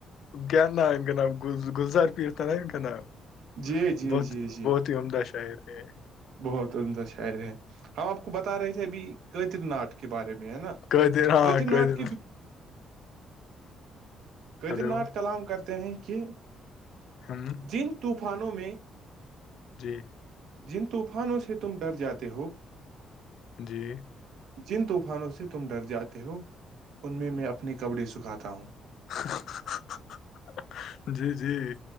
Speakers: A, on the left; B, on the right.
A: گام کے نب گل گلزار پٹ تھار کے نب
B: جی جی
A: بہت
B: جی جی
A: بہت ہی عمدہ شار ہے
B: بہت عمدہ شاعر ہے ہم آپ کو بتا رہے تھے ابھی کیتر ناٹ کے بارے میں ہے نا
A: قدر ہاں
B: کیتر
A: قدر
B: نھ کے قیدرناٹ
A: ہلو
B: کلام کرتے ہیں کہ
A: ہم
B: جن طوفانوں میں
A: جی
B: جن طوفانوں سے تم ڈر جاتے ہو
A: جی
B: جن طوفانوں سے تم ڈر جاتے ہو ان میں میں اپنے کپڑے سکھاتا ہوں
A: <inaudible> جی جی